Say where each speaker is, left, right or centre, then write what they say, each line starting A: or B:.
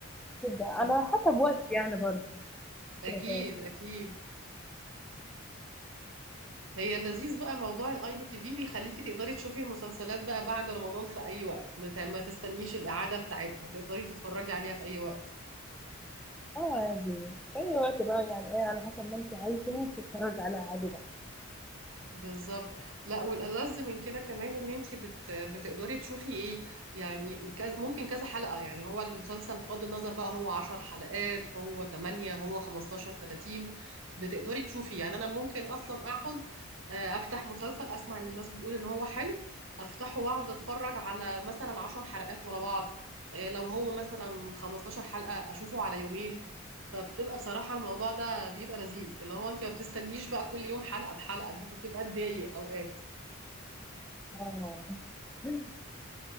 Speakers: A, in the centre; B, on the right.
A: كده على
B: ت-
A: حسب وقتي يعني برضه
B: اكيد
A: كده كده.
B: اكيد هي اللذيذ بقى موضوع الاي بي تي في بيخليكي تقدري تشوفي المسلسلات بقى بعد رمضان في اي وقت ما ت- ما تستنيش الاعادة بتاعتها تقدري تتفرجي عليها في اي وقت
A: اه عادي في اي وقت بقى يعني ايه على حسب ما انت عايزه تتفرج على عادي بقى
B: بالظبط لا والألذ من كده كمان ان انت بت... بتقدري تشوفي ايه يعني الكز... ممكن كذا حلقة يعني هو المسلسل بغض النظر بقى هو 10 حلقات هو 8 هو 15 30 بتقدري تشوفي يعني انا ممكن اصلا اقعد آه، افتح مسلسل اسمع ان الناس بتقول ان هو حلو افتحه واقعد اتفرج على مثلا 10 حلقات ورا بعض آه، لو هو مثلا 15 حلقة اشوفه على يومين فبتبقى بصراحة الموضوع ده بيبقى لذيذ اللي هو انت ما بتستنيش بقى كل يوم حلقة بحلقة دي بتبقى تضايق اوقات
A: اه <laughs>